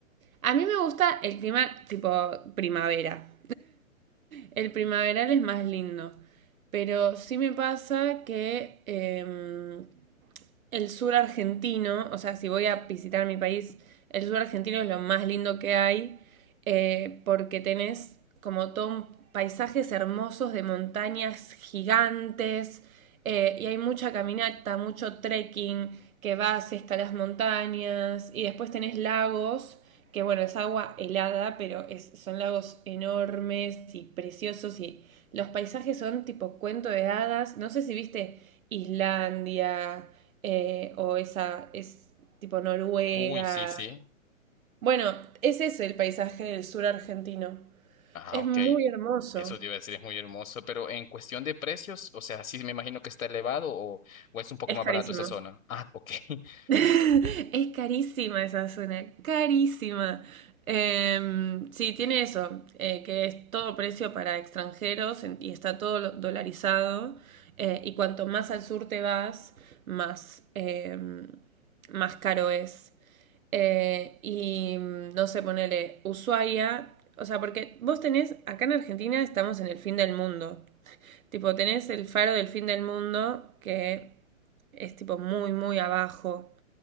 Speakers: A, on the right; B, on the left.
A: a mí me gusta el clima tipo primavera. El primaveral es más lindo. Pero sí me pasa que em, el sur argentino, o sea, si voy a visitar mi país, el sur argentino es lo más lindo que hay, eh, porque tenés como todo paisajes hermosos de montañas gigantes, eh, y hay mucha caminata, mucho trekking, que vas, escalas montañas, y después tenés lagos, que bueno, es agua helada, pero es- son lagos enormes y preciosos, y los paisajes son tipo cuento de hadas, no sé si viste Islandia, eh, o esa es tipo Noruega.
B: Uy, sí, sí.
A: Bueno, ese es el paisaje del sur argentino.
B: Ah,
A: Es
B: ok,
A: muy hermoso.
B: eso te iba a decir, es muy hermoso, pero en cuestión de precios, o sea, sí me imagino que está elevado o, o es un poco
A: Es
B: más
A: carísimo.
B: barato esa zona.
A: <laughs>
B: Ah, ok. <laughs>
A: Es carísima esa zona, carísima. Em, sí, tiene eso, eh, que es todo precio para extranjeros en- y está todo lo- dolarizado. eh, y cuanto más al sur te vas, más, em, más caro es. Eh, y mm, no sé, ponele Ushuaia. O sea, porque vos tenés, acá en Argentina estamos en el fin del mundo. Tipo, tenés el faro del fin del mundo que es tipo muy, muy abajo.